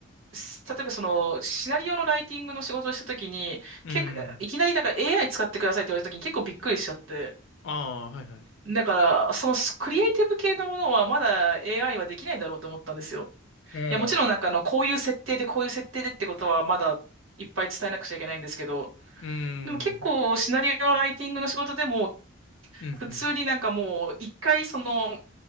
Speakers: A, on the right; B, on the left.
A: す例えばその、シナリオのライティングの仕事をしたときに、
B: うん。
A: 結構、いきなりなんか AI 使ってくださいって言われたときに結構びっくりしちゃって。
B: ああ、はいはい。
A: だから、そのクリエイティブ系のものはまだ AI はできないだろうと思ったんですよ。
B: うん。
A: いや、もちろんなんかあの、こういう設定でこういう設定でってことはまだいっぱい伝えなくちゃいけないんですけど、
B: うん。
A: でも結構シナリオのライティングの仕事でも、
B: うん、
A: 普通になんかもう一回その、
B: うん。